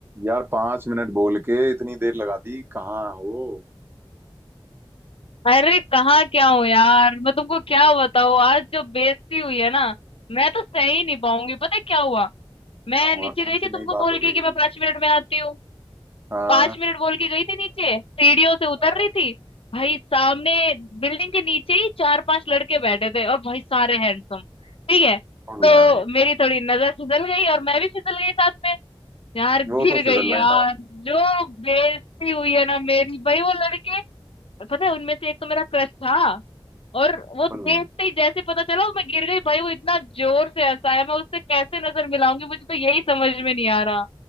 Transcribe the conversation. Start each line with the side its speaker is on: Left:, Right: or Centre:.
Right: यार पांच मिनट बोल के इतनी देर लगा दी कहाँ हो
Left: अरे कहाँ क्या हो यार मैं तुमको क्या बताऊँ आज जो बेइज्जती हुई है ना मैं तो सह ही नहीं पाऊंगी पता है क्या हुआ मैं
Right: क्या हुआ
Left: नीचे
Right: कौन
Left: गई थी
Right: सी
Left: तुमको
Right: नई बात
Left: बोल
Right: हो
Left: के
Right: गई
Left: कि मैं पांच मिनट में आती हूँ
Right: हाँ
Left: पांच मिनट बोल के गई थी नीचे सीढ़ियों से उतर
Right: हाँ
Left: रही थी भाई सामने बिल्डिंग के नीचे ही चार पांच लड़के बैठे थे और भाई सारे हैंडसम ठीक है
Right: फुल
Left: तो
Right: है भाई
Left: मेरी थोड़ी नजर फिसल गई और मैं भी फिसल गई साथ में यार
Right: वो
Left: गिर
Right: तो फिसलना
Left: गई यार
Right: ही था
Left: जो बेइज्जती हुई है ना मेरी भाई वो लड़के पता है उनमें से एक तो मेरा क्रश था और वो
Right: फुल
Left: देखते ही जैसे पता चला मैं गिर गई भाई वो इतना जोर से हंसाया मैं उससे कैसे नजर मिलाऊंगी मुझे तो यही समझ में नहीं आ रहा